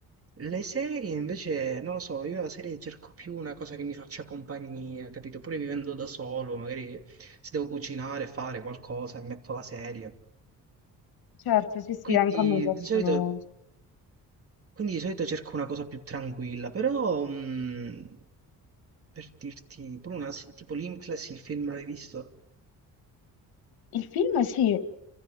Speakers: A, on the right (about 40°); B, on the left (about 85°).
A: Le serie invece, non lo so, io la serie cerco più una cosa che mi faccia compagnia, capito? Pure vivendo da solo, magari se devo cucinare, fare qualcosa, mi metto la serie.
B: certo, sì, sì,
A: Quindi
B: anche a me piacciono.
A: di solito quindi di solito cerco una cosa più tranquilla, però mh, per dirti, pure una, se- tipo Limitless, il film l'hai visto?
B: Il film, sì.